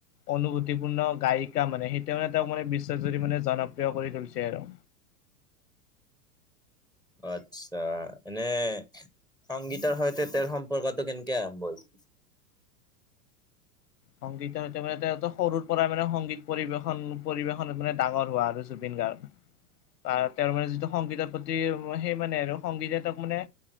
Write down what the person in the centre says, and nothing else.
অ আচ্ছা এনে সংগীতৰ সৈতে তেওঁৰ সম্পৰ্কটো কেনেকে আৰম্ভ হৈছ